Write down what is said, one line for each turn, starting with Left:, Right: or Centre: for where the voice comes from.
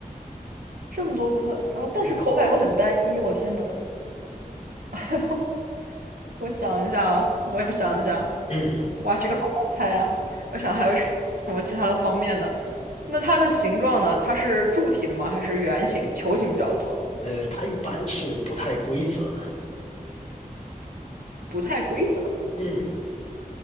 Right: 这么多部分，然后但是口感又很单一，
Left: 嗯
Right: 我天呐，<laughs> 我想一下啊，我想一下，
Left: 嗯，
Right: 哇，这个好难猜啊！我想还有什么其他的方面呢？那它的形状呢？它是柱体的吗？还是圆形、球形比较多？
Left: 呃，它一般是不太规则的，
Right: 不太规则。
Left: 嗯，